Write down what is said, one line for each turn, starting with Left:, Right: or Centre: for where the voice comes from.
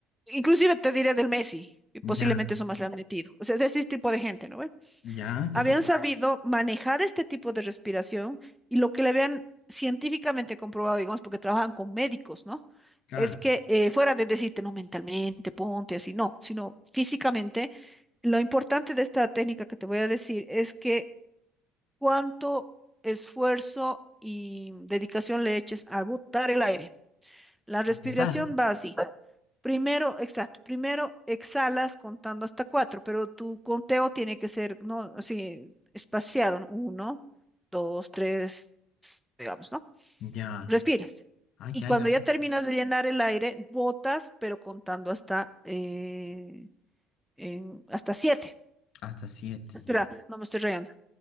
Centre: inclusive te diré del Messi, que
Left: Ya,
Centre: posiblemente eso más le han metido, o sea, de ese tipo de gente, ¿no ve?
Left: ya. Entonces,
Centre: Habían sabido manejar este tipo de respiración y lo que le habían científicamente comprobado, digamos, porque trabajan con médicos, ¿no?
Left: claro.
Centre: Es que eh, fuera de decirte, no mentalmente, ponte así, no, sino físicamente. Lo importante de esta técnica que te voy a decir es que cuánto esfuerzo y dedicación le eches a botar el aire. La respiración
Left: Apuntar.
Centre: va así. Primero, exacto, primero exhalas contando hasta cuatro, pero tu conteo tiene que ser, ¿no? Así, espaciado, ¿no? Uno, dos, tres, digamos, ¿no?
Left: Ya.
Centre: Respiras.
Left: Ay,
Centre: Y
Left: ya.
Centre: cuando ya terminas de llenar el aire, botas, pero contando hasta, eh, en- hasta siete.
Left: Hasta siete,
Centre: Espera,
Left: ya.
Centre: no me estoy rayando.